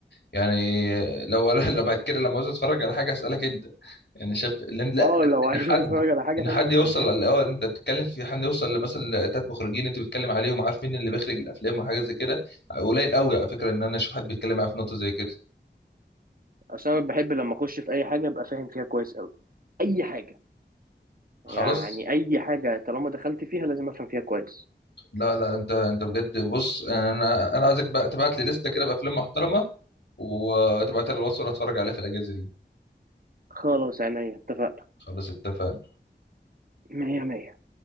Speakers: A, on the left; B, on the right.
A: يعني لو <laughs> لو بعد كده لما عاوز اتفرج على حاجة اسالك انت يعني شايف اللي لا لا،
B: اه لو عايز
A: ان حد
B: <laughs> تتفرج على حاجه
A: ان
B: حلوه
A: حد
B: اسالني
A: يوصل اه انت بتتكلم في حد يوصل لمثلا تلات مخرجين انت بتتكلم عليهم عارف مين اللي بيخرج الافلام وحاجه زي كده قليل قوي على فكره ان انا اشوف حد بيتكلم معايا في نقطه زي كده
B: اصل انا بحب لما اخش في اي حاجه ابقى فاهم فيها كويس قوي اي حاجه
A: خلاص
B: يعني اي حاجه طالما دخلت فيها لازم افهم فيها كويس
A: لا لا انت انت بجد بص انا انا عايزك بقى تبعت لي لسته كده بافلام محترمه وتبعتها لي على الواتس وانا اتفرج عليها في الاجازه دي
B: خلاص عينيا اتفقنا
A: خلاص اتفقنا
B: مية مية